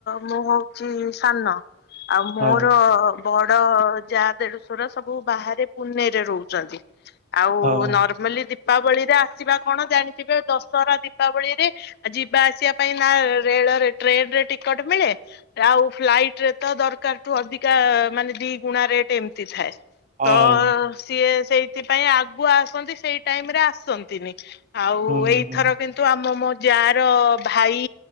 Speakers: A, on the left; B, on the right.
A: ମୁଁ ହଉଛି ସାନ- ଆଉ ମୋର
B: ହଁ
A: ବ- ଯା ଦେଢସର ସବୁ ବାହାରେ ପୁନେଇରେ ରହୁଛନ୍ତି- ଆଉ
B: ହଁ
A: ନର୍ମାଲି- ଦୀପାବଳିରେ ଆସିବା କଣ ଜାଣିଥିବେ ଦଶହରା ଦୀପାବଳିରେ ଯିବା ଆସିବା ପାଇଁ ନା ରେଳରେ ଟ୍ରେନ ରେ ଟିକଟ ମିଳେ ଆଉ ଫ୍ଲାଇଟ ରେ- ତ ଦରକାରଠୁ ଅଧିକା ମାନେ ଦି ଗୁଣା ରେଟ ଏମିତି ଥାଏ-
B: ହଁ
A: ତ ସିଏ- ସେଇଥିପାଇଁ ଆଗୁ ଆସନ୍ତି ସେଇ ଟାଇମ ରେ ଆସନ୍ତିନି- ଆଉ
B: ହୁଁ
A: ଏଇଥର କିନ୍ତୁ ଆମ ମୋ- ଯା ର ଭାଇ